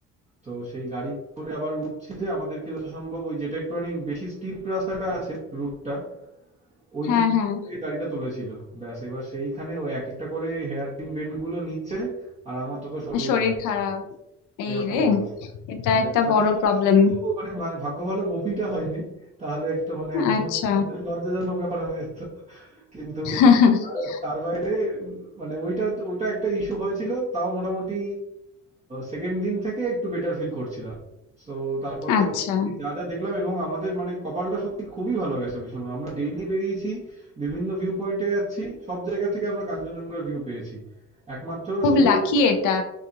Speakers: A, on the right; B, on the left.
A: তো সেই গাড়ি করে আবার উঠছি যে আমাদেরকে যত সম্ভব ওই যেটা একটুখানি বেশি স্টিপ রাস্তাটা আছে রুটটা ওই
B: হ্যাঁ
A: দিক
B: হ্যাঁ
A: থেকে গাড়িটা তুলেছিল ব্যাস এবার সেইখানে ওই এক একটা করে হেয়ার পিন বেন্ড গুলো নিচ্ছে আর আমার তত শরীর
B: শরীর
A: গোলাচ্ছে
B: খারাপ এই
A: এরকম
B: রে
A: অবস্থা
B: এটা
A: মানে
B: একটা
A: বাহ্যিক
B: বড়
A: অনুশীলন
B: প্রবলেম
A: তবুও মানে ভা- ভাগ্য ভালো বমিটা হয়নি তাহলে একটা মানে একদম
B: আচ্ছা
A: লজ্জা- লজ্জাজনক ব্যাপার হয়ে যেত কিন্তু
B: <laughs>
A: তার তার বাইরে উম, মানে ওইটা ওটা একটা ইস্যু হয়েছিল তাও মোটামুটি সেকেন্ড দিন থেকে একটু বেটার ফিল করছিলাম তো তারপর থেকে
B: আচ্ছা
A: মোটামুটি যা যা দেখলাম এবং আমাদের মানে কপালটা সত্যি খুবই ভালো গেছে ওই সময় আমরা ডেইলি বেরিয়েছি বিভিন্ন ভিউ পয়েন্টে যাচ্ছি সব জায়গা থেকে আমরা কাঞ্চনজঙ্ঘার ভিউ পেয়েছি একমাত্র
B: খুব
A: শুধু
B: লাকি এটা